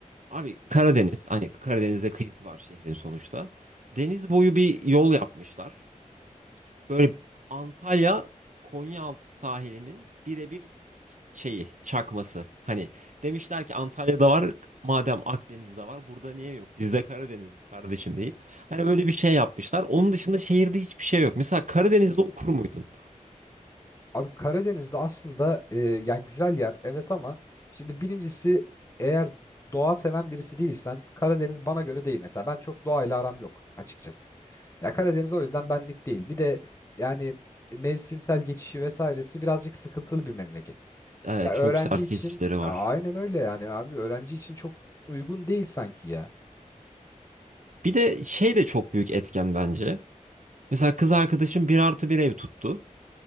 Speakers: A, on the right; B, on the left.
A: Abi Karadeniz, hani Karadeniz'de kıyısı var şehrin sonuçta. Deniz boyu bir yol yapmışlar. Böyle Antalya Konyaaltı sahilinin birebir şeyi çakması. Hani demişler ki Antalya'da var madem Akdeniz'de var burada niye yok? Biz de Karadeniz'iz kardeşim deyip. Hani böyle bir şey yapmışlar. Onun dışında şehirde hiçbir şey yok. Mesela Karadeniz'de okur muydun?
B: Abi Karadeniz'de aslında e, yani güzel yer evet ama şimdi birincisi eğer doğa seven birisi değilsen Karadeniz bana göre değil. Mesela ben çok doğayla aram yok açıkçası. Ya Karadeniz o yüzden benlik değil. Bir de yani mevsimsel geçişi vesairesi birazcık sıkıntılı bir memleket.
A: Ee,
B: Ya
A: çok
B: öğrenci
A: sert
B: için
A: geçişleri var.
B: Ya aynen öyle yani abi öğrenci için çok uygun değil sanki ya.
A: Bir de şey de çok büyük etken bence. Mesela kız arkadaşım bir artı bir ev tuttu.